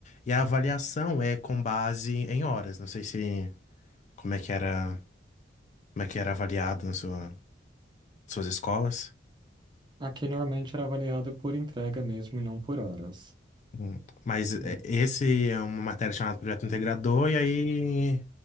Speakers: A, on the left (about 40°); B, on the right (about 25°).
A: E a avaliação é com base em horas. Não sei se como é que era, como é que era avaliado nas sua- suas escolas.
B: Aqui normalmente era avaliado por entrega mesmo e não por horas.
A: Hum. Mas é,
B: Hum,
A: esse é uma matéria chamada Projeto Integrador, e aí